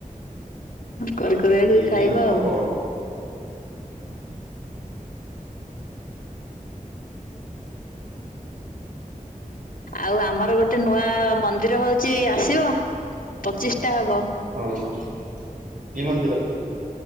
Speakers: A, on the left; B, on the right.
A: କରି
B: ହଁ
A: କୁରାକି
B: ହେଇନି
A: ଖାଇବା
B: ହବ
A: ଆଉ ଆଉ ଆମର ଗୋଟେ ନୂଆ ମନ୍ଦିର ଚି ଆସିବ ପଚିଷ୍ଟା ହବ।
B: ଓହୋ କି ମନ୍ଦିର?